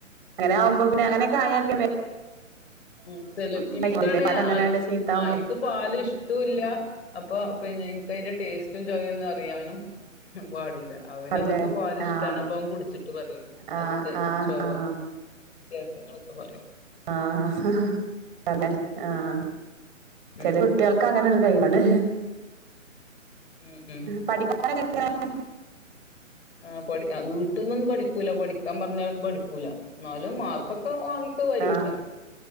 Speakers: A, on the right; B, on the left.
A: അങ്ങനെ ആവുമ്പോ പിന്നെ അങ്ങനെയാ പി
B: ഉം ചെല
A: ഇതാക്കില്ലേ
B: ഇനിക്കാണ്
A: പല അങ്ങനെയാണ്ട് ചീത്താവുമ്പോ
B: അ ഇനിക്ക് പാല് ഇഷ്ട്ടോല്ല അപ്പൊ പിന്നെ ഇൻക്ക് അതിന്റെ ടേസ്റ്റും ചൊവന്ന് അറിയാനും പാടില്ല അവനതോക്കെ
A: അറില്ലേ
B: പാല് ഇഷ്ടാണ്
A: ആഹ്
B: അപ്പൊ അവൻ കുടിച്ചിട്ട് പറയും
A: ആഹ്
B: അതിന്റെ
A: ആഹ്
B: ചൊവ
A: ആഹ്
B: വ്യത്യാസങ്ങളൊക്കെ പറിം
A: ആഹ് തലെ ആഹ്ചെലെ
B: ഉം.
A: കു കുട്ട്യായൾക്ക് അങ്ങനെരു കൈവാണ്
B: ഉം ഉം.
A: പഠിക്കാനക്കെ എങ്ങനെ
B: ആ പഠി വീട്ടിൽന്നൊന്നും പഠിക്കൂില്ല പഠിക്കാൻ പറഞ്ഞാലൊന്നും പഠിക്കൂല ഇന്നാലും മാർക്കൊക്കെ വാങ്ങി ഇപ്പ വരൂട്ടോ
A: ആഹ്